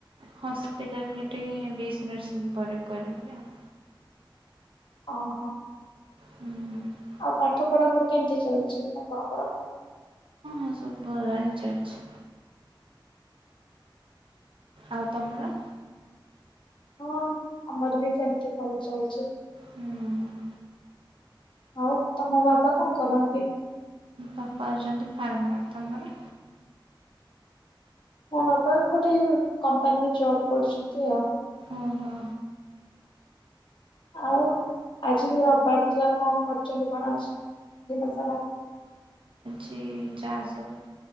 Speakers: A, on the right; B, on the left.
A: ହସ୍ପିଟାଲରେଠିିଁ ବି ଏସ୍ ସ ନର୍ସିଂ ପରେ କରିବି ଆଉ।
B: ଓହୋ
A: ହୁଁ
B: ଆଉ ପାଠ ପଢା ପୁଡ଼ି କେମିତି ଚାଲିଛି ଆପଣଙ୍କର?
A: ହ ସବୁ ଭଲ ହିଁ ଚାଲିଛି। ଆଉ ତମର?
B: ହଁ ଆମର ବି ସେମିତି ଭଲ ଚାଲିଛି।
A: ହୁଁ।
B: ଆଉ ତମ ବାବା କଣ କରନ୍ତି?
A: ବାପା ଅଉଛନ୍ତି ଫାର୍ମାର, ତମର?
B: ହଁ ଆପଣ ଗୋଟେ କମ୍ପାନୀରେ ଜବ୍ କରୁଛନ୍ତି ଆଉ।
A: ଓହୋ।
B: ଆଉ ଆଜି ରିବାର ଥିଲା କଣ କରିଛନ୍ତି କଣ ଆଜି ଦିନ ସାରା?
A: ଜି ଯହା ସବୁ